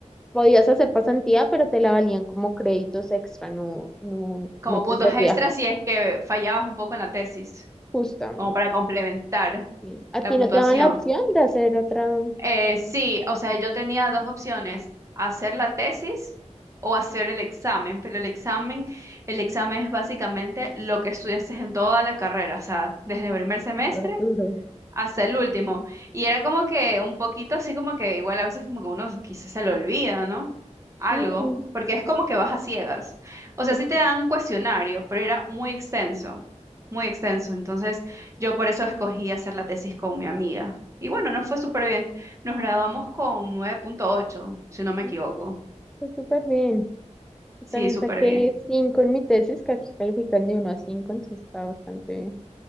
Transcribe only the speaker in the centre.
podías hacer pasantía, pero te la valían como créditos extra, no, no,
no te
servía
justamente.
sí. ¿A
ti
no te daban la opción de hacer otra?
súper duro.
Mm,
pues,
mm,
pues súper bien. Yo
también
saqué
5 en mi tesis, que aquí califican de uno a 5, entonces está bastante bien.